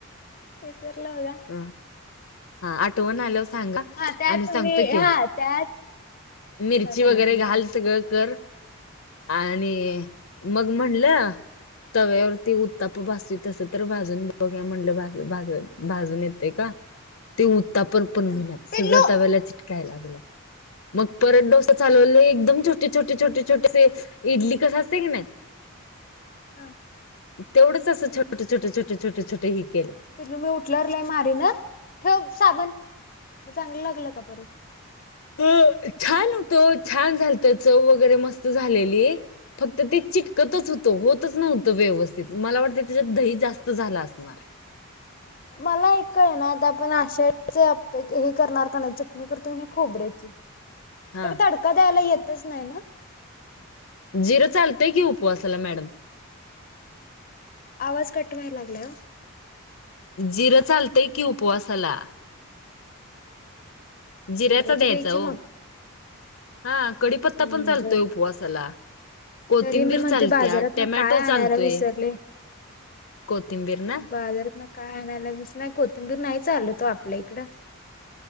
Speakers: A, on the left; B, on the left.
A: विसरला मला.
B: ह हा आठवण आल्याव सांगा
A: हा त्यात
B: आणि सांगतो
A: मी
B: कि,
A: हा त्यात
B: मिरची
A: हा सांगा
B: वगैरे
A: सांगा
B: घाल
A: तुमचं.
B: सगळं कर, आणि मग म्हणलं? तव्यावरती उत्तापा भाजती तसं तर भाजून बघूया म्हटलं भाजल भाजल. भाजून येते का? ते उत्तापा पण
A: अ.
B: होईना
A: पिल्लू
B: सगळं तव्याला चिटकायला लागलं. मग परत डोसा चालवले एकदम छोटे, छोटे, छोटे, छोटेसे इडली कसे असते की नाही?
A: हा.
B: तेवढंच असं छोट, छोट, छोट, छोट, छोटं ही केलं.
A: पिल्लू मी उठल्यावर लय मारीन अ? ठेव साबण. चांगलं लागलं का परत?
B: अ छान होतो हो छान झालत चव वगैरे मस्त झालेली. फक्त ते चीट कतच होत, होतच नव्हतं व्यवस्थित मला वाटतं त्याच्यात दही जास्त झाल असणार आहे.
A: मला एक कळना? आता आपण आषाढच आप्प हे करणार का नाही चट चटणी करतो आम्ही खोबऱ्याची,
B: हां,
A: त्याला तडका द्यायला येतच नाही ना?
B: जिरं चालतंय की, उपवासाला मॅडम.
A: आवाज कट व्हाय लागलाय ओ.
B: जिरं चालतय की उपवासाला जिऱ्याचा
A: जिराची
B: द्यायचा
A: द्यायची
B: ओ,
A: मग
B: हा. कडीपत्ता
A: हम्म
B: पण चालतोय उप वासाला कोथिंबीर
A: तरी मी म्हणते
B: चालत्या,
A: बाजारातन
B: टॅमॅटो
A: काय आणायला
B: चालतोय.
A: विसरले.
B: कोथिंबीर ना?
A: बाजारातन काय आणायला विस नाही कोथिंबीर नाही ना चालत ओ आपल्या इकडं.